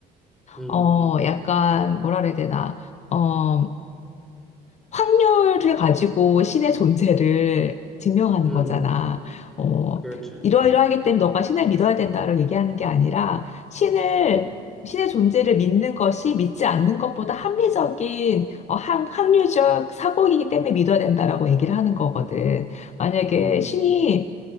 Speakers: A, in the centre; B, on the left.
A: 음,
B: 어, 약간, 뭐라 그래야 되나, 어, 확률을 가지고 신의 존재를 증명하는
A: 음,
B: 거잖아. 어,
A: 그렇지.
B: 이러이러하기 때문에 너가 신을 믿어야 된다를 얘기하는 게 아니라 신을
A: 음,
B: 신의 존재를 믿는 것이 믿지 않는 것보다 합리적인 어, 항, 확률적 사고이기 때문에 믿어야 된다라고 얘기를 하는 거거든. 만약에
A: 음,
B: 신이